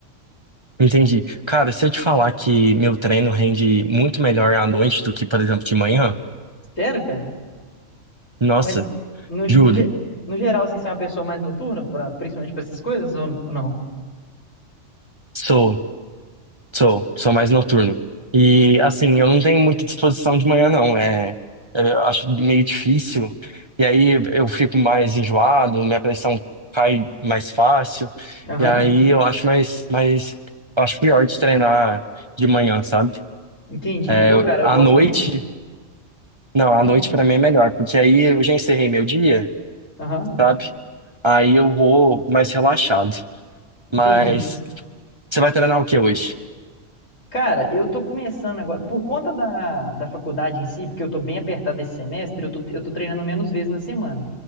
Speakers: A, on the right; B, on the left.
A: Entendi. Cara, se eu te falar que meu treino rende muito melhor à noite do que, por exemplo, de manhã,
B: Sério, cara?
A: nossa,
B: Mas no,
A: juro.
B: no, ge- no geral, assim, você é uma pessoa mais noturna, pra, principalmente pra essas coisas, ou, ou não?
A: Sou. Sou, sou mais noturno. E assim, eu não tenho muita disposição de manhã, não. É, é, eu acho meio difícil. E aí eu fico mais enjoado, minha pressão cai mais fácil.
B: Aham,
A: E aí eu acho mais, mais, eu acho pior de treinar de manhã, sabe?
B: entendi.
A: É,
B: Pô,
A: eu-
B: cara,
A: à
B: eu gosto
A: noite,
B: muito.
A: não, à
B: Ah,
A: noite pra mim é melhor, porque aí eu já encerrei meu dia,
B: Aham,
A: sabe? Aí eu vou mais relaxado.
B: entendi.
A: Mas você vai treinar o que hoje?
B: Cara, eu tô começando agora, por conta da, da faculdade em si, porque eu tô bem apertado esse semestre, eu tô, eu tô treinando menos vezes na semana.